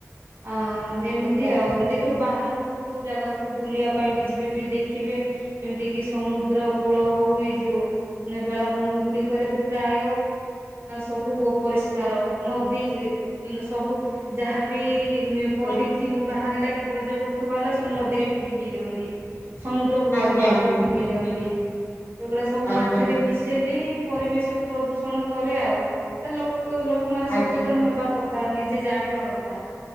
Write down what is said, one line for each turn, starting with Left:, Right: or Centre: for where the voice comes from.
Right: ଆଁ ଏମିତି
Left: ଆଜ୍ଞା
Right: ଆଉ ଦେଖିବ ବାହାରକୁ କୋଉ ଜାଗାକୁ ବୁଲିବା ପାଇଁ ଯିବେ ବି ଦେଖିବେ ଏମିତି କି ସମୁଦ୍ର କୂଳ ହଉ ଏ ଯୋଉ ମାନେ ବେଳାଭୂମି ଗୁଡ଼ିକରେ ବି ପ୍ରାୟ ସବୁ ପରିଷ୍କାର ନଦୀ ସବୁ ଯାହାବି ପଲିଥିନ୍
Left: ହୁଁ
Right: ବାହାରିଲା କି ବଜ୍ୟବସ୍ତୁ ବାହାରିଲା ସବୁ ନଦୀରେ ବି ଫିଙ୍ଗି ଦିଅନ୍ତି। ସମୁଦ୍ରକୂଳ
Left: ଆଜ୍ଞା
Right: ଗୁଡ଼ାକୁ ଫିଙ୍ଗି ଦିଅନ୍ତି, ଏଗୁଡ଼ାକ ସବୁ
Left: ଆଜ୍ଞା
Right: ମାଟିରେ ମିଶେନି। ପରିବେଶ କୁ ପ୍ରଦୂଷଣ କରେ ଆଉ, ତା ଲୋକ ଲୋକମାନେ ସଚେତନ
Left: ଆଜ୍ଞା
Right: ହେବା କ ଥା ନିଜେ ଜାଣିବା କଥା।